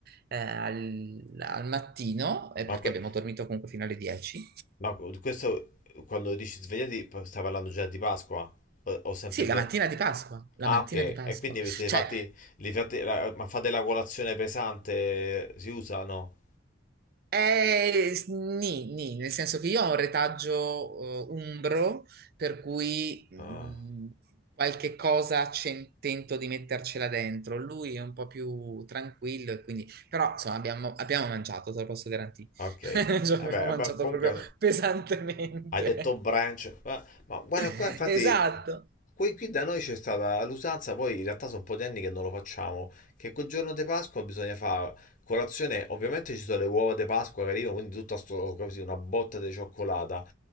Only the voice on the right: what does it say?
eh, al, al mattino, eh,
perché
abbiamo dormito comunque fino alle 10.
Sì,
la mattina di Pasqua, la
mattina
di Pasqua.
Cioè,
Eh, s- nì, nì, nel senso che io ho un retaggio eh, umbro, per cui mh,
qualche cosa cen- tento di mettercela dentro. Lui è un po' più tranquillo e quindi... Però, insomma, abbiamo, abbiamo mangiato, te lo posso garantire.
<laughs> Cioè, abbiamo
mangiato
proprio pesantemente.
<laughs>
Esatto.